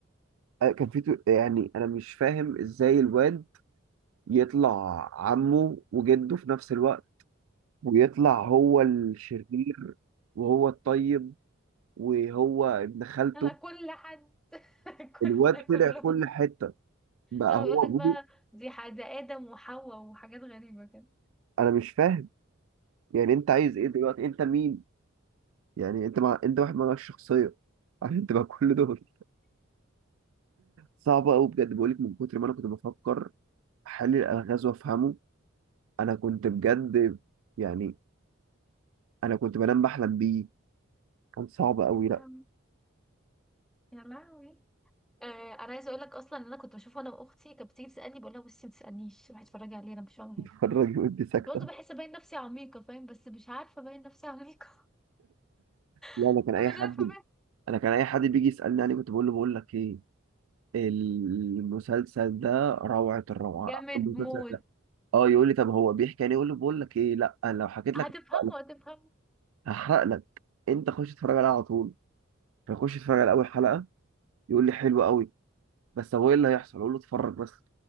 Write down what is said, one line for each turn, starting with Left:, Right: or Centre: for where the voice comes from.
Right: آه، كان في تو- يعني انا مش فاهم ازاي الواد يطلع عمه وجده في نفس الوقت ويطلع هو الشرير وهو الطيب وهو ابن خالته
Centre: انا كل حد <laughs>
Right: الواد
Centre: كل
Right: طلع
Centre: كلهم
Right: كل حتة بقى
Centre: لو
Right: هو
Centre: يقول لك
Right: ابوه
Centre: بقى دي حاجه ادم وحواء وحاجات غريبه
Right: انا مش فاهم يعني انت عايز ايه
Centre: كده
Right: دلوقتي انت مين يعني انت مع... انت واحد مالكش شخصية عشان تبقى كل دول صعبة قوي بجد بقولك من كتر ما انا كنت بفكر حل الالغاز وافهمه انا كنت بجد يعني انا كنت بنام بحلم بيه كان صعب قوي
Centre: يا لهوي
Right: لا
Centre: يا لهوي آه، انا عايزه اقول لك اصلا ان انا كنت بشوفه انا واختي كانت بتيجي تسالني بقول لها بصي ما تسالنيش روحي اتفرجي عليه انا مش هعمل
Right: <laughs> اتفرج
Centre: حاجه
Right: ودي ساكته
Centre: كنت برضه بحس باين نفسي عميقه فاهم بس مش عارفه باين نفسي عميقه
Right: لا
Centre: <laughs>
Right: انا كان اي
Centre: مش
Right: حد
Centre: عارفه باين
Right: انا كان اي حد بيجي يسالني عليه كنت بقول له بقول لك ايه المسلسل ده روعه الروعه
Centre: جامد
Right: احسن مسلسل
Centre: موت
Right: ده اه يقول لي طب هو بيحكي يعني يقول له بقول لك ايه لا انا لو حكيت
Centre: هتفهمه
Right: لك هحرق لك
Centre: هتفهمه
Right: هحرق لك انت خش اتفرج عليها على طول فيخش يتفرج على اول حلقه يقول لي حلو قوي بس هو ايه اللي هيحصل اقول له اتفرج بس